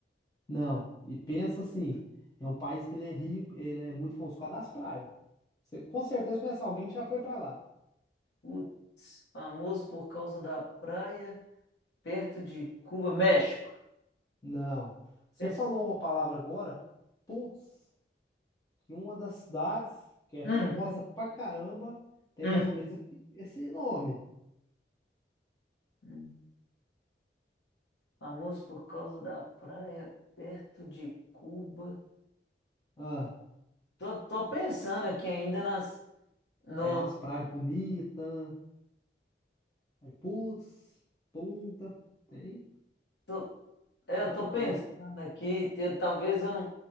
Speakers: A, on the left (about 20°); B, on the left (about 80°).
A: não, e pensa assim, é um país que ele é rico, ele é muito famoso por causa das praias. Você com certeza conhece alguém que já foi pra lá.
B: Putz, famoso por causa da praia, perto de Cuba, México.
A: Não. Você
B: Pensa...
A: falou uma palavra agora, putz, que uma das cidades que é
B: Hum,
A: famosa pra caramba tem
B: hum.
A: mais ou menos esse, esse nome.
B: hum. Famoso por causa da praia, perto de Cuba.
A: Ah,
B: Tô, tô pensando aqui ainda nas, no,
A: é umas praias bonitas, aí putz, Punta, tem?
B: tô, É, Eu tô pensando
A: Perto.
B: aqui, eu- talvez eu não.